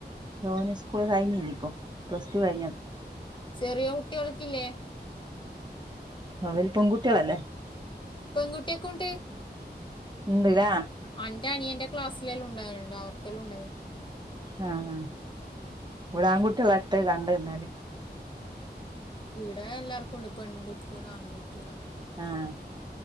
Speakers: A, on the right; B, on the left.
A: ഓന്സ്കൂള് കഴിഞ്ഞിണ്ട്പ്പോ പ്ലസ് ടു കഴിഞ്ഞതാ
B: ചെറിയോകുട്ടിയാൾക്കില്ലേ?
A: അവര് പെങ്കുട്ടിയാളല്ലേ?
B: പെൺങ്കുട്ടിയാക്കുണ്ട്.
A: ഇണ്ട്ലെ
B: അന്റെ അനിയന്റെ ക്ലാസിലെല്ലാംഉണ്ടാ അവർക്കെല്ലോംണ്ടായി
A: ആഹ്, ആഹ് ഒരാണ്കുട്ടിള്ളട്ട് രണ്ട്ന്നാല്
B: ഈടെ എല്ലാർക്കുണ്ട് പെണ്ണ്കുട്ടിയാളും ആണ്കുട്ടിയാളുംഅങ്ങനെ
A: ആഹ്